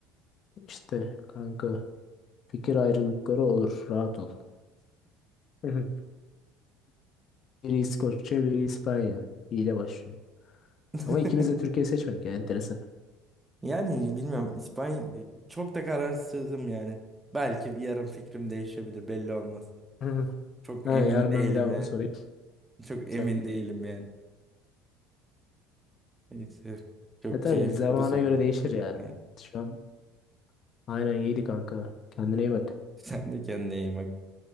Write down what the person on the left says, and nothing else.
İşte kanka fikir ayrılıkları olur rahat ol. <laughs> Biri İskoçya biri İspanya. İyi başlıyor.
Ama ikimiz de Türkiye seçmedik yani enteresan.
Hı hı.
Ha,
yarın
ben bir daha bunu
sorayım.
Sen-
E tabii
zamana
göre değişir ya.
Şu an aynen iyiydi kanka. Kendine iyi bak.